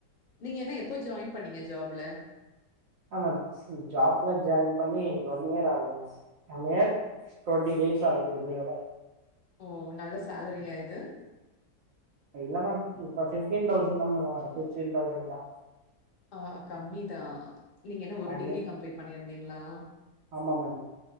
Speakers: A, on the left; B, on the right.
A: நீங்க என்ன எப் ப்ப ஜாயின் பண்ணீங்க ஜாப்ல
B: ஆமா ஜாப்ல ஜாயின் பண்ணி ஒன் இயர் ஆகுது ma'am one year twenty days ஆகுது இன்னையோட
A: ஓ நல்ல சேலரியா இது
B: இல்ல மேம் இப்ப பிப்டீன் தௌசண்ட் தான் மேம் வரும் பிப்டீன் தௌசண்ட் தான்
A: ஆ கம்மிதான் நீங்க என்ன ஒரு
B: கம்மி
A: டிகிரி கம்ளீட் பண்ணியிருந்தீங்களா
B: ஆமாங்க